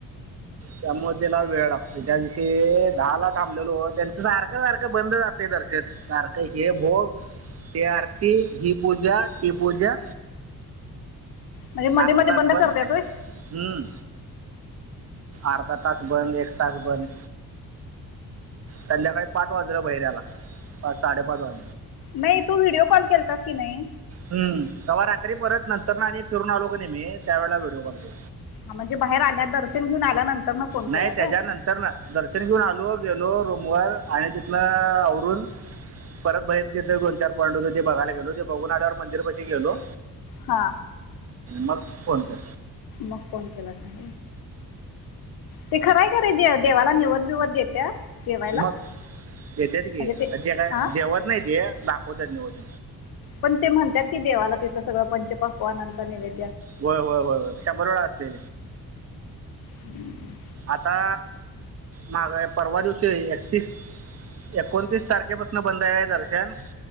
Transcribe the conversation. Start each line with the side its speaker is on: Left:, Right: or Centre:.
Right: त्यामुळे त्याला वेळ लागतो त्या दिवशी ाला थांबलेलो त्यांच सारख्या सारखं बंद ज कार का हे भोग ते आरती ही पूजा ती पूजा
Left: म्हणजे मध्ये
Right: अर्धा
Left: मध्ये
Right: तास
Left: बंद करते य तोय
Right: हम्म अर्धा तास बंद एक तास बंद संध्याकाळी पाच वाजलं बहिर्याला पाच साडेपाच वाज
Left: नाही तू व्हिडिओ कॉल केतास की नाही
Right: हम्म तेव्हा रात्री परत नंतर ना आणि फिरून आलो का नाही मी त्यावेेळेला व्हिडिओ कॉल के
Left: हा म्हणजे बाहेर आल्या दर्शन घेऊन आल्यानंतर न फोन
Right: नाही
Left: केला
Right: त्याच्यानंतर
Left: काय
Right: ना दर्शन घेऊन आलो गेलो रूम वर आणि अरुण परत बहीर तिथे दोन चार पॉइंड हो ते बघाय गेलो ते बघूननाड्यावर मंदिर पाशी गेलो
Left: हा
Right: मग फोन के
Left: मग फोन केलाचम् ते खराय खरे जे देवाला निवत बिवत देत्या जेवायला
Right: मग देत
Left: म्हणजे
Right: गी
Left: ते
Right: जे काय
Left: हा
Right: जेवत नाही ते दाखवत निवत
Left: पण ते म्हणतात की देवाला तिथं सगळं पंच पक्वानांचा निवेदन
Right: होय होय होय होय शंभर वेळा असते
Left: हम्म
Right: आता मग परवा दिवशी एकतीस एकोणतीस तारखेपासून बंद आहे दर्शन